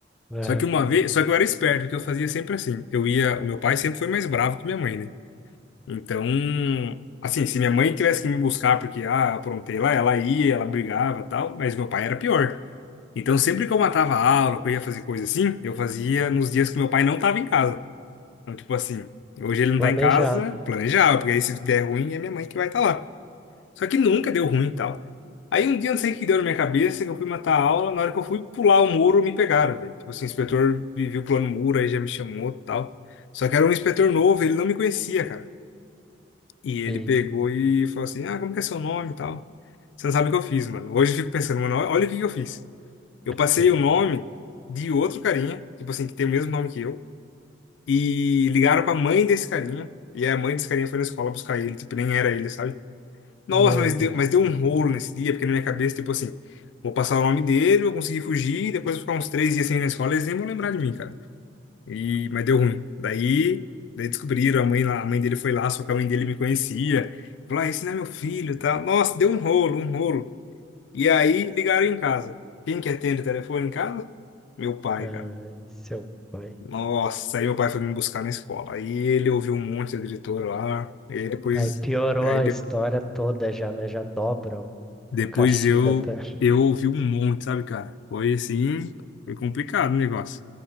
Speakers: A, in the centre; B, on the left (about 70°).
A: Aham.
B: Só que uma vez, só que eu era esperto, porque eu fazia sempre assim. Eu ia, o meu pai sempre foi mais bravo que minha mãe, né? Então, assim, se minha mãe tivesse que me buscar porque, ah, aprontei lá, ela ia, ela brigava e tal, mas meu pai era pior. Então, sempre que eu matava a aula, que eu ia fazer coisa assim, eu fazia nos dias que meu pai não estava em casa. Então, tipo assim, hoje ele não
A: Planejado.
B: tá em casa, planejava, porque aí se der ruim é minha mãe que vai estar lá. Só que nunca deu ruim e tal. Aí um dia, não sei o que deu na minha cabeça, que eu fui matar a aula, na hora que eu fui pular o muro, me pegaram, velho. Tipo assim, o inspetor me viu pulando o muro, aí já me chamou e tal. Só que era um inspetor novo, ele não me conhecia, cara. E ele
A: E
B: pegou e falou assim, ah, como que é seu nome e tal? Você não sabe o que eu fiz, mano. Hoje eu fico pensando, mano, olha o que que eu fiz. Eu passei
A: que...
B: o nome de outro carinha, tipo assim, que tem o mesmo nome que eu, e ligaram pra mãe desse carinha, e a mãe desse carinha foi na escola buscar ele, tipo, nem era ele, sabe? Nossa,
A: Meu
B: mas
A: Deus.
B: deu, mas deu um rolo nesse dia, porque na minha cabeça, tipo assim, vou passar o nome dele, vou conseguir fugir, depois vou ficar uns três dias sem ir na escola, eles nem vão lembrar de mim, cara. E, mas deu ruim. Daí, daí descobriram, a mãe, lá- a mãe dele foi lá, só que a mãe dele me conhecia. Falou, ah, esse não é meu filho, e tal. Nossa, deu um rolo, um rolo. E aí ligaram em casa. Quem que atende o telefone em casa? Meu pai,
A: Ai,
B: cara.
A: seu pai.
B: Nossa, aí meu pai foi me buscar na escola. Aí ele ouviu um monte da diretora lá. E aí depois,
A: Aí piorou
B: aí
A: a
B: de-
A: história toda já, né? Já dobra o,
B: depois
A: o castigo
B: eu
A: até.
B: eu ouvi um monte, sabe, cara? Foi assim, foi complicado o negócio.